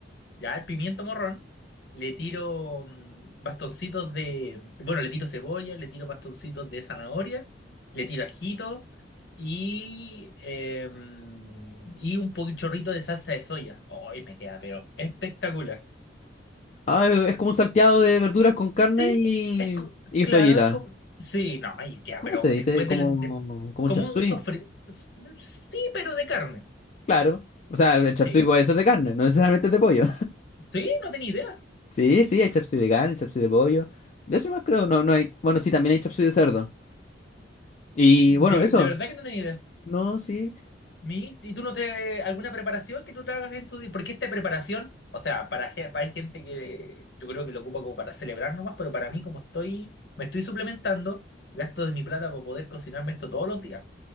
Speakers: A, on the left (about 60°); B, on the left (about 35°).
A: ya el pimiento morrón, le tiro mm, bastoncitos de, bueno, le tiro cebolla, le tiro bastoncitos de zanahoria, le tiro ajito y, em, y un poquito chorrito de salsa de soya. Hoy me queda, pero espectacular.
B: Ah, es, es como un salteado de verduras con carne
A: Sí,
B: y,
A: es co-
B: y
A: claro,
B: soyita.
A: es como. Sí, no, ay, ya,
B: ¿Cómo
A: pero
B: se dice?
A: después
B: Como,
A: del. de-
B: como
A: como
B: un chapsui.
A: un sofrito. Sí, pero de carne.
B: Claro. O sea, el chapsui
A: Sí.
B: puede ser de carne, no necesariamente es de pollo.
A: Sí, no tenía idea.
B: Sí, sí, hay chapsui de carne, chapsui de pollo. De eso más creo, no, no hay. Bueno, sí, también hay chapsui de cerdo. Y
A: De,
B: bueno, eso.
A: de verdad que no tenía idea.
B: No, sí.
A: Mi- ¿Y tú no te. alguna preparación que tú te hagas en tu día? Porque esta preparación, o sea, para, ge- para- hay gente que yo creo que lo ocupa como para celebrar nomás, pero para mí, como estoy. me estoy suplementando, gasto de mi plata para poder cocinarme esto todos los días.